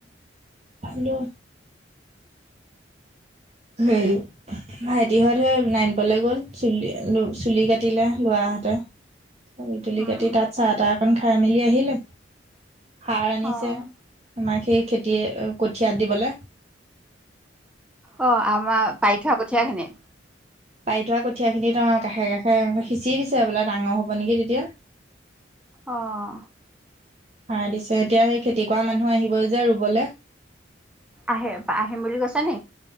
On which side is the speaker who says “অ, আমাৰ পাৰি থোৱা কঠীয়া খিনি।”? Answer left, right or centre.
Centre